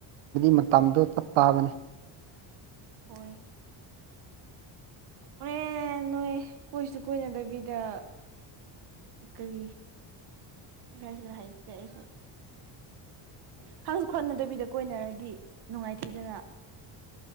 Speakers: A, on the right (about 90°); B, on the right (about 55°).
A: ꯃꯇꯝꯗꯣ ꯇꯞ ꯇꯥꯕꯅꯤ
B: ꯍꫭꯏ ꯍꯣꯔꯦꯟ ꯅꯣꯏ ꯀꯣꯏꯁꯨ ꯀꯣꯏꯅꯗꯕꯤꯗ ꯀꯔꯤ ꯍꯥꯏꯁꯤꯔ ꯍꯥꯏꯇ꯭ꯔꯦ ꯑꯩꯁꯨ ꯈꯡꯁꯨ ꯈꯠꯅꯗꯕꯤꯗ ꯀꯣꯏꯅꯔꯗꯤ ꯅꯨꯡꯉꯥꯏꯇꯦꯗꯅ